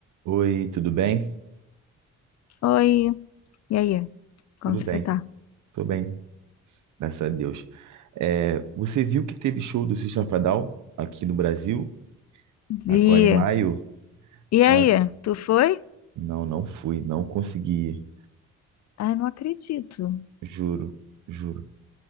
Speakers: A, on the right; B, on the left.
A: Oi, tudo bem?
B: Oi, e aí? Como
A: Tudo
B: você
A: bem,
B: tá?
A: tô bem, graças a Deus. É, você viu que teve show do System of a Down aqui no Brasil,
B: Vi.
A: agora em maio?
B: E
A: Cara,
B: aí, tu foi?
A: não, não fui, não consegui, ir.
B: Ai, não acredito.
A: juro, juro.